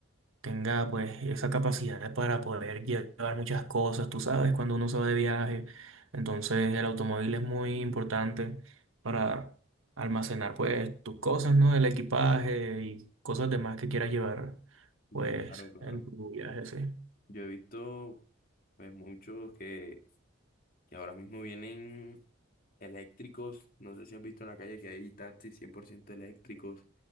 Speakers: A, on the right (about 85°); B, on the left (about 45°).
A: tenga pues esa capacidad para poder llevar muchas cosas, tú sabes, cuando uno se va de viaje. Entonces el automóvil es muy importante para almacenar pues tus cosas, ¿no? El equipaje y cosas demás que quieras llevar
B: sí,
A: pues
B: claro, claro.
A: en tu viaje, sí.
B: Yo he visto, pues, muchos que, que ahora mismo vienen eléctricos, no sé si has visto en la calle que hay taxis 100% eléctricos,